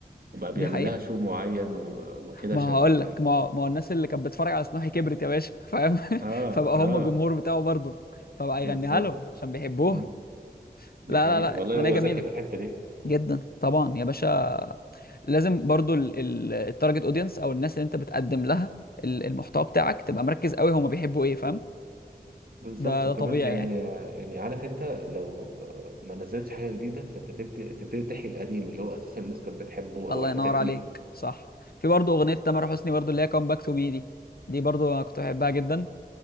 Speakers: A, on the right (about 65°); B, on the left (about 65°).
A: وبقى بيعمل
B: دي حقيقه
A: لها شو معين و- وكده
B: ما
A: عشان
B: هقول لك ما ما هو الناس اللي كانت بتتفرج على سنوحي كبرت يا باشا فاهم <laughs>
A: اه
B: فبقى
A: اه
B: هم جمهور بتاعه برضو فبقى
A: بالظبط
B: يغنيها لهم عشان بيحبوها
A: مم. دي
B: لا
A: حقيقة
B: لا لا
A: والله
B: اغنيه
A: هو
B: جميله
A: ذكي في الحتة دي مم.
B: جدا طبعا يا باشا لازم برضو التارجت اودينس او الناس اللي انت بتقدم لها ال- المحتوى بتاعك تبقى مركز قوي هما بيحبوا ايه فاهم
A: بالظبط
B: ده
A: وكمان
B: ده طبيعي
A: يعني
B: يعني
A: يعني عارف انت لو ما نزلتش حاجة جديدة فانت تبت- تبتدي تحيي القديم اللي هو اساسا الناس كانت بتحبه
B: الله
A: او عرفتك
B: ينور عليك
A: بيه
B: صح في برضو اغنيه تامر حسني برضو اللي هي كام باك تو مي دي دي برضو انا كنت بحبها جدا